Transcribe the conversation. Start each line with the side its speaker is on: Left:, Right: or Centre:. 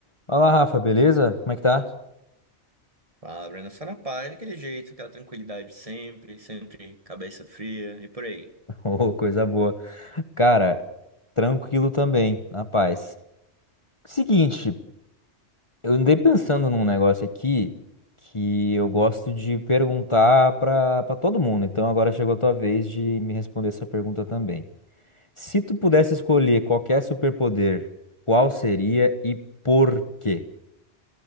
Left: Fala, Rafa, beleza? Como é que tá?
Right: A Brenda Sarapai, daquele jeito, aquela tranquilidade sempre, sempre cabeça fria e por aí.
Left: <laughs> Ô, coisa boa. Cara, tranquilo também, na paz. Seguinte, eu andei pensando num negócio aqui que eu gosto de perguntar pra para todo mundo. Então agora chegou a tua vez de me responder essa pergunta também. Se tu pudesse
Right: <laughs>
Left: escolher qualquer superpoder, qual seria e por quê?